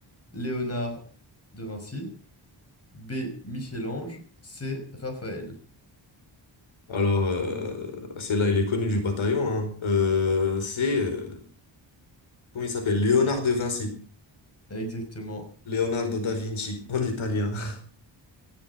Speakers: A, on the left; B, on the left.
A: Léonard de Vinci, B, Michel-Ange, C, Raphaël.
B: Alors, euh, celle-là, elle est connue du bataillon. hein. Euh, c'est, euh, comment il s'appelle? Léonard de Vinci.
A: Exactement.
B: Leonardo da Vinci, en italien. <laughs>